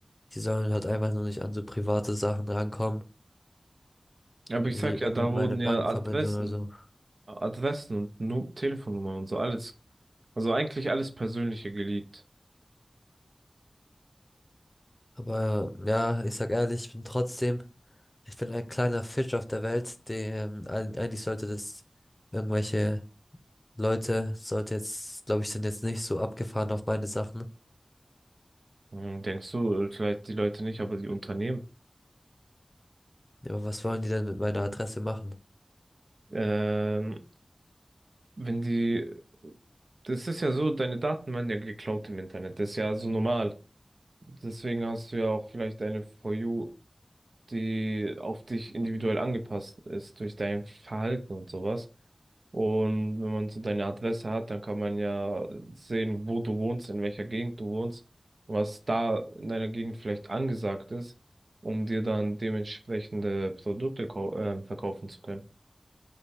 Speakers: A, on the left; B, on the right.
A: Die sollen halt einfach nur nicht an so private Sachen rankommen,
B: Aber
A: wie
B: ich sag ja,
A: irgendwie
B: da
A: meine
B: wurden
A: Bankverbindung
B: ja Adressen,
A: oder so.
B: Adressen und Nu Telefonnummern und so alles, also eigentlich alles Persönliche geleakt.
A: Aber ja, ich sag ehrlich, ich bin trotzdem, ich bin ein kleiner Fisch auf der Welt, dem eig- eigentlich sollte das irgendwelche Leute, sollte jetzt, glaube ich, sind jetzt nicht so abgefahren auf meine Sachen.
B: Hm, Denkst du, äh, vielleicht die Leute nicht, aber die Unternehmen.
A: Ja, Aber was wollen die denn mit meiner Adresse machen?
B: Ähm, wenn die, das ist ja so, deine Daten werden ja geklaut im Internet, das ist ja so normal. Deswegen hast du ja auch vielleicht eine For You die auf dich individuell angepasst ist durch dein Verhalten und sowas. Und wenn man so deine Adresse hat, dann kann man ja sehen, wo du wohnst, in welcher Gegend du wohnst, was da in deiner Gegend vielleicht angesagt ist, um dir dann dementsprechende Produkte kau- äh, verkaufen zu können.